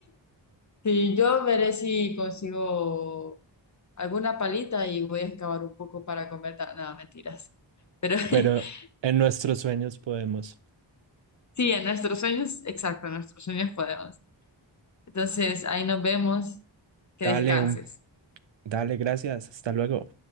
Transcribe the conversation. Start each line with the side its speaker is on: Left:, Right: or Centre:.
Left: Sí, yo veré si consigo alguna palita y voy a excavar un poco para comer. ta- No, mentiras. Pero <laughs>
Right: pero en nuestros sueños podemos.
Left: sí, en nuestros sueños, exacto, en nuestros sueños podemos. Entonces, ahí nos vemos. Que
Right: Dale
Left: descanses.
Right: un Dale, gracias. Hasta luego.